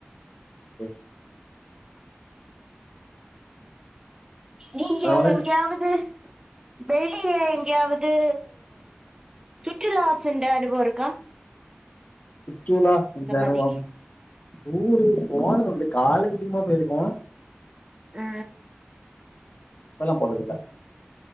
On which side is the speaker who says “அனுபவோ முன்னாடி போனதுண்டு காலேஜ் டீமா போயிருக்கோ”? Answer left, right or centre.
Left